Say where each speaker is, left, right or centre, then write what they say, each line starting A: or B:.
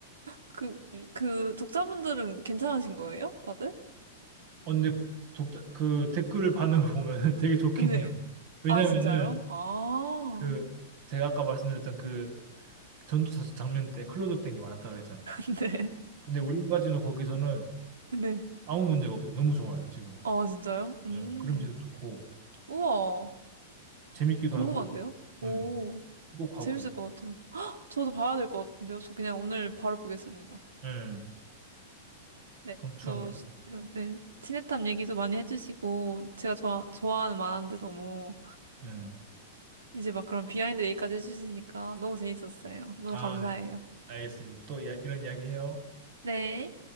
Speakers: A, on the right; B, on the right.
A: 그, 그 독자분들은 괜찮으신 거예요? 다들?
B: 어, 근데 독, 그 댓글 반응을 보면은 <laughs> 되게
A: <laughs>
B: 좋긴
A: 네.
B: 해요. 왜냐면은
A: 아, 진짜요? 아,
B: 그 제가 아까 말씀드렸던 그 전투 장면 때 클로즈업 된 게 많았다 그랬잖아요.
A: <laughs> 네.
B: 근데 우렝 마지노 거기서는
A: 네.
B: 아무 문제가 없어요. 너무 좋아요, 지금.
A: 아, 진짜요? 음.
B: 예, 그림체도 좋고
A: 우와.
B: 재밌기도
A: 궁금한데요?
B: 하고. 예,
A: 오,
B: 꼭 봐보세요.
A: 재밌을 것 같아요. <gasps> 헉, 저도 봐야 될 것 같은데요? 저 그냥 오늘 바로 보겠습니다.
B: 예,
A: 네.
B: 강추합니다.
A: 너무, 시- 그, 네. 친해탐 얘기도 많이 해주시고, 제가 좋아, 좋아하는 만화인데 너무,
B: 예.
A: 이제 막 그런 비하인드 얘기까지 해주시니까 너무 재밌었어요. 너무
B: 아,
A: 감사해요.
B: 네. 알겠습니다. 또 이야- 이런 이야기 해요.
A: 네.